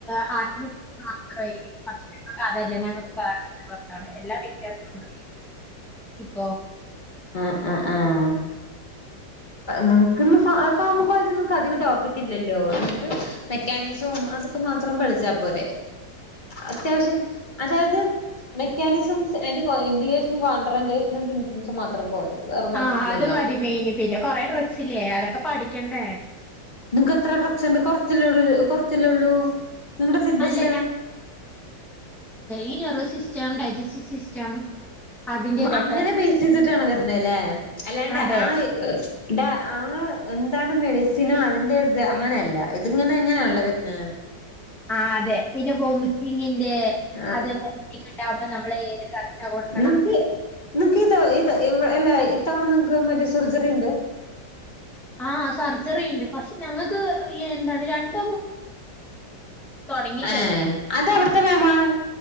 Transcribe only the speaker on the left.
ആഹ് ആഹ് ആഹ് നിങ്ങക്കിന്ന് ഫാർമകോളേജിയൊന്നും നിങ്ങക്ക് അധികം ടോപ്പിക് ഇല്ലല്ലോ നമുക്ക് മെക്കാനിസവും അതൊക്കെ മാത്രം പഠിച്ചാ പോര അത്യാവശ്യം അതായത് മെക്കാനിസം അയിന്റെ ഇൻഡിക്കേഷനും കോൺട്രൻറേഷനും സിംറ്റമ്സും മാത്രം പോരെ വേറൊന്നും ആവശ്യല്ലല്ലോ
നിങ്ങൾക്ക് എത്ര ഡ്രഗ്സ് ഇണ്ട് കൊറച്ചല്ലേ കൊറച്ചല്ലേ ഉള്ളൂ നിങ്ങളടെ സിലബസിൽ
അങ്ങനെ ബേസ് ചെയ്തിട്ടാണ് വരണ അല്ലേ അല്ലാണ്ട്
ആ ഡാ. ആ എന്താണ് മെഡിസിനോ അതിന്റെ ഇത് അങ്ങനെയല്ല ഇതിങ്ങനെ എങ്ങനെയല്ല. വരുന്ന.
ആ
നിമക്ക് നിങ്ങക്ക് ഇത ഇത അല്ലേ ഇത്തവണ നിങ്ങക്ക് മറ്റേ സർജറി ഉണ്ട്.
ഏഹ് അത് അവിടുത്തെ <unintelligible>